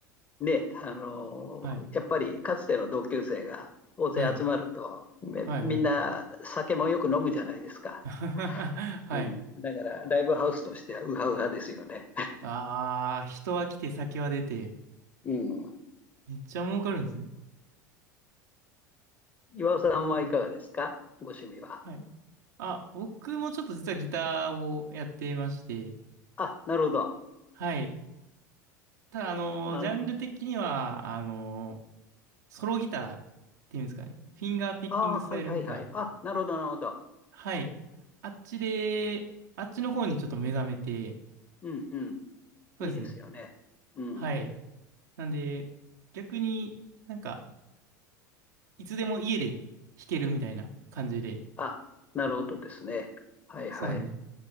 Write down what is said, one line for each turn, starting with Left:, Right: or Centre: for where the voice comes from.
Left: で、あのーやっぱりかつての同級生が大勢集まると、
Right: はい。はい。
Left: めみんな酒もよく飲むじゃないですか。
Right: はい、はい。<laughs> はい。
Left: うん。だから、ライブハウスとしてはウハウハですよね。
Right: ああ、人は来て酒は出て、
Left: うん。
Right: めっちゃ儲かるんですね。
Left: 岩尾さんはいかがですかご趣味は。
Right: いいねはい。あ、僕もちょっと実はギターをやっていまして、
Left: あ、なるほど。
Right: はい。ただ、あのージャンル的には、
Left: あ、
Right: あのーソロギターっていうんですかね。フィンガーピッキングスタイルギター。
Left: あー、はいはいはい。あ、なるほど、なるほど。
Right: はい。あっちで、あっちの方にちょっと目覚めて、
Left: うんうん。
Right: そうですね。
Left: いいですよね。うん。
Right: はい。なんで、逆になんか、いつでも家で弾けるみたいな感じで。
Left: あ、なるほどですね。はいはい。
Right: そうなんです。